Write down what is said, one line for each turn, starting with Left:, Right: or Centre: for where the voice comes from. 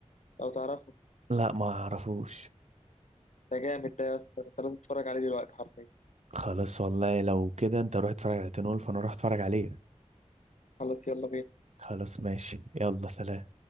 Left: لو تعرفه
Right: لا ما اعرفوش
Left: ده جامد ده يا اسطى أنت لازم تتفرج عليه دلوقتي حرفيا
Right: خلاص والله لو كده انت روح اتفرج على تنول فانا روح اتفرج عليه
Left: خلاص يلا بينا
Right: خلاص ماشي يلا سلام